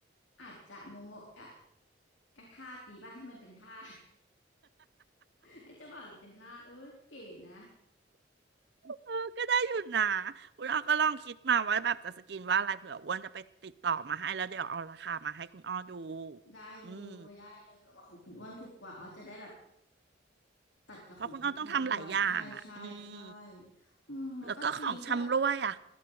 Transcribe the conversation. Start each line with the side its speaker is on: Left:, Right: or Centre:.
Left: อาจจะโมโมะกะกะท่าดีป่ะให้มันเป็นท่า ให้เจ้าบ่าวเหราเป็นทาสเอ้ยเก๋นะ
Right: เออก็ได้อยู่นะคุณอ้อก็ลองคิดมาว่าแบบจะสกินว่าอะไรเผื่ออ้วนจะไปติดต่อมาให้แล้วเดี๋ยวเอาราคามาให้คุณอ้อดู
Left: ได้เลยได้เลยเผื่อว่าของคุณอ้วนถูกกว่าอ๋อจะได้แบบ
Right: อืม
Left: ตัดกับของคุณคุณอ้วนใช่ใช่ใช่
Right: เพราะคุณอ้อต้องทำหลายอย่างอ่ะอืม
Left: อืมแล้วก็ทีมก็
Right: แล้วก็ของชำร่วยอ่ะ